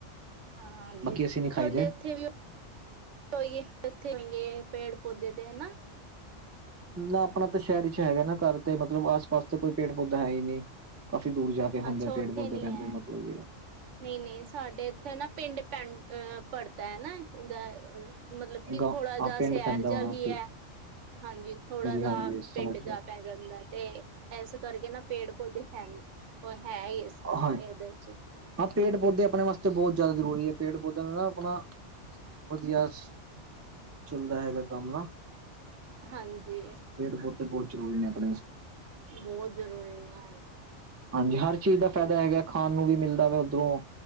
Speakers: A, on the right; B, on the right.
A: ਹਾਂ ਹਾਂਜੀ
B: ਬਾਕੀ ਅਸੀਂ ਨੀ ਖਾਈ
A: ਤੁਆਡੇ
B: ਦੇ
A: ਓਥੇ ਵੀ ਕੋਈ ਓਥੇ ਨੇ ਗੇ ਪੇੜ ਪੌਦੇੇ ਤੇ ਹਨਾ।
B: ਨਾ ਆਪਨਾ ਤਾਂ ਸ਼ਹਿਰ ਚ ਹੈਗਾ ਨਾ ਘਰ, ਤੇ ਮਤਲਬ ਆਸ ਪਾਸ ਤੇ ਕੋਈ ਪੇੜ-ਪੌਦਾ ਹੈ ਹੀ ਨਈ। ਕਾਫੀ ਦੂਰ ਜਾ ਕੇ ਹੁੰਦੇ
A: ਅੱਛਾ
B: ਨੇ
A: ਉੱਥੇ
B: ਪੇੜ-ਪੌਦੇੇ
A: ਨੀ
B: ਪੈਂਦੇ
A: ਐ।
B: ਨੇ ਮਤਲ
A: ਨਈ-ਨਈ ਸਾਡੇ ਇੱਥੇ ਨਾ ਪਿੰਡ ਪਿੰ ਅ ਪੜਤਾ ਐ, ਇਧਰ ਮਤਲਬ ਕਿ
B: ਗ
A: ਥੋੜਾ ਜਿ
B: ਪਿੰਡ
A: ਸੈਰ
B: ਪੈਂਦਾ ਹੋਣਾ
A: ਜਾ ਵੀ
B: ਠੀਕ
A: ਐ। ਹਾਂਜੀ ਥੋੜਾ ਜ
B: ਹਾਂਜੀ ਸਮਝ
A: ਪਿੰਡ
B: ਗਿਆ
A: ਜਾ ਪੈ ਜਾਂਦਾ। ਤੇ ਏਸ ਕਰਕੇ ਨਾ ਪੇੜ-ਪੌਦੇੇ ਹੈਨੀ ਔਰ ਹੈ ਈ ਏਸ
B: ਹਾਂ
A: ਏਦੇ ਵਿੱਚ
B: ਹਾਂ ਪੇੜ-ਪੌਦੇ ਆਪਨੇ ਵਾਸਤੇ ਬੋਤ ਜਾਦਾ ਜ਼ਰੂਰੀ ਐ, ਪੇੜ ਪੌਦਿਆਂ ਨੂੰ ਨਾ ਆਪਨਾ ਵਦੀਆਂ ਸ ਚੱਲਦਾ ਹੈਗਾ ਕੰਮ ਨਾ,
A: ਹਾਂਜੀ
B: ਪੇੜ-ਪੌਦੇ ਬੋਤ ਜ਼ਰੂਰੀ ਨੇ ਆਪਨੇ ਚ
A: ਬੋਤ ਜ਼ਰੂਰੀ ਨੇ।
B: ਹਾਂਜੀ ਹਰ ਚੀਜ਼ ਦਾ ਫੈਦਾ ਹੈਗਾ ਖਾਨ ਨੂੰ ਵੀ ਮਿਲਦਾ ਵਾ ਓਦਰੋਂ